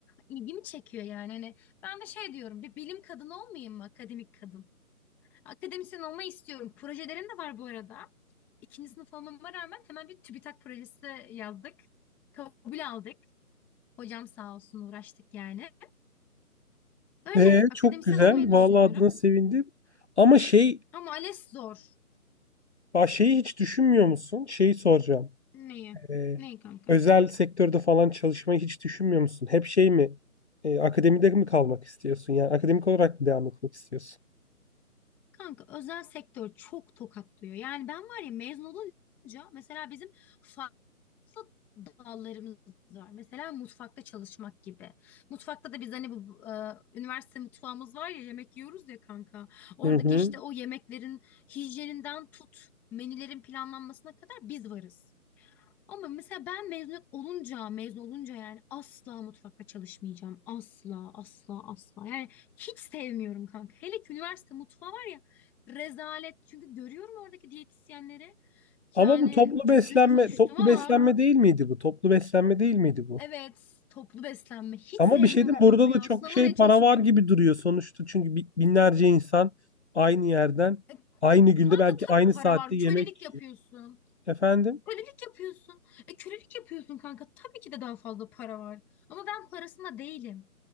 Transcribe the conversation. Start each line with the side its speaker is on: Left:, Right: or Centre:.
Centre: İlgimi çekiyor yani. Hani ben de şey diyorum bir bilim kadını olmayayım mı? Akademik kadın. Akademisyen olmayı istiyorum. Projelerim de var bu arada. İkinci sınıf olmama rağmen hemen bir TÜBİTAK projesi yazdık. Kabul aldık. Hocam sağ olsun uğraştık yani. Öyle
Left: Ee,
Centre: akademisyen
Left: çok güzel.
Centre: olmayı düşünüyorum.
Left: Vallahi adına sevindim. Ama şey,
Centre: Ama ALES zor.
Left: bak şeyi hiç düşünmüyor musun? Şeyi soracağım.
Centre: Neyi?
Left: Ee,
Centre: Neyi kanka?
Left: özel sektörde falan çalışmayı hiç düşünmüyor musun? Hep şey mi? Ee, akademide mi kalmak istiyorsun? Yani akademik olarak mı devam etmek istiyorsun?
Centre: Kanka özel sektör çok tokatlıyor. Yani ben var ya mezun olunca mesela bizim farklı dallarımız var. Mesela mutfakta çalışmak gibi. Mutfakta da biz hani bu e, üniversite mutfağımız var ya yemek yiyoruz ya kanka. Oradaki
Left: Hı hı.
Centre: işte o yemeklerin hijyeninden tut menülerin planlanmasına kadar biz varız. Ama mesela ben mezuniyet olunca, mezun olunca yani asla mutfakta çalışmayacağım. Asla, asla, asla. Yani hiç sevmiyorum kanka. Hele ki üniversite mutfağı var ya rezalet. Çünkü görüyorum oradaki diyetisyenleri.
Left: Ama
Centre: Yani
Left: bu toplu
Centre: çok
Left: beslenme
Centre: büyük konuştum
Left: toplu
Centre: ama
Left: beslenme değil miydi bu? Toplu beslenme değil miydi bu?
Centre: evet toplu beslenme. Hiç
Left: Ama
Centre: sevmiyorum
Left: bir şey diyeyim
Centre: kanka
Left: burada
Centre: ya.
Left: da çok
Centre: Sınavına
Left: şey
Centre: bile
Left: para
Centre: çalışmıyorum.
Left: var gibi duruyor sonuçta. Çünkü bi- binlerce insan aynı yerden
Centre: E,
Left: aynı günde
Centre: kanka
Left: belki
Centre: tabii
Left: aynı
Centre: para
Left: saatte
Centre: var.
Left: yemek
Centre: Kölelik yapıyorsun.
Left: efendim.
Centre: Kölelik yapıyorsun. E, kölelik yapıyorsun kanka. Tabii ki de daha fazla para var. Ama ben parasında değilim.